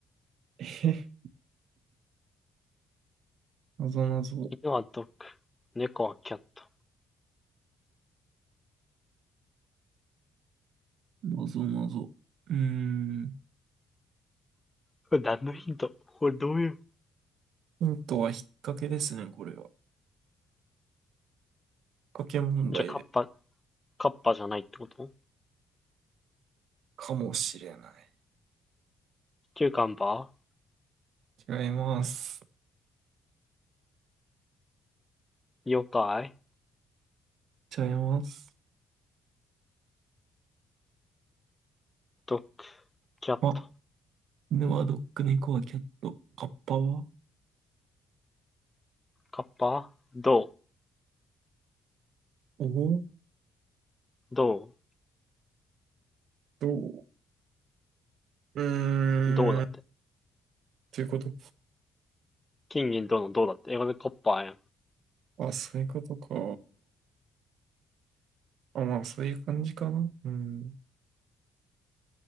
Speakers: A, on the right (about 75°); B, on the left (about 20°).
A: え、謎ぞ。
B: 犬はドッグ、猫はキャット。
A: 謎謎。うーん。
B: <laughs> これ何のヒントこれどういう。
A: ヒントは引っ掛けですね、これは。引っ掛け問題で。
B: じゃあ、カッパ、カッパじゃないってこと
A: かもしれない。
B: キューカンバ
A: 違います。
B: ー、妖怪、
A: 違います。
B: ドッグ、キャット、
A: あ、犬はドッグ、猫はキャット、カッパは
B: カッパ、銅、
A: おお、
B: 銅、
A: どううーん。
B: 銅だって。
A: ということ。
B: 金銀銅の銅だって。英語でカッパやん。
A: あ、そういうことか。あ、まあ、そういう感じかな。うん。